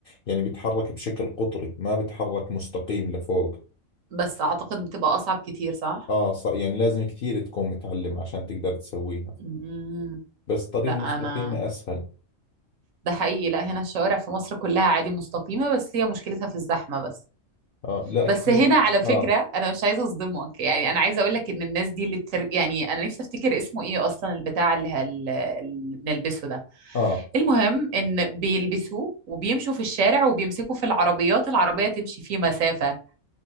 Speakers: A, on the left; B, on the right.
A: يعني بتحرك بشكل قطري ما بتحرك مستقيم لفوق
B: بس اعتقد بتبقى اصعب كتير صح؟
A: اه ص... يعني لازم كثير تكون متعلم عشان تقدر تسويها
B: مم.
A: بس طريق
B: لا انا
A: مستقيمة اسهل
B: ده حقيقي لا هنا الشوارع في مصر كلها عادي مستقيمة بس هي مشكلتها في الزحمة بس
A: اه لا
B: بس
A: كثير
B: هنا على فكرة
A: اه
B: أنا مش عايزة أصدمك يعني أنا عايزة أقول لك إن الناس دي اللي بتر... يعني أنا نفسي أفتكر اسمه إيه أصلا البتاع اللي, ه- اللي بنلبسه ده
A: اه
B: المهم إن بيلبسوه وبيمشوا في الشارع وبيمسكوا في العربيات العربية تمشي فيه مسافة